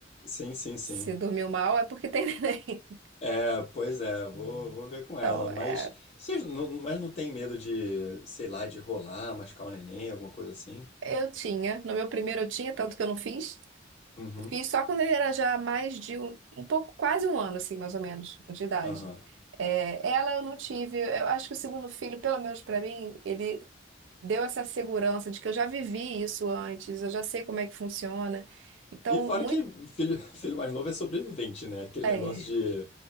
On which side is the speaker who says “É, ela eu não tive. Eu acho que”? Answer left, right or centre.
Right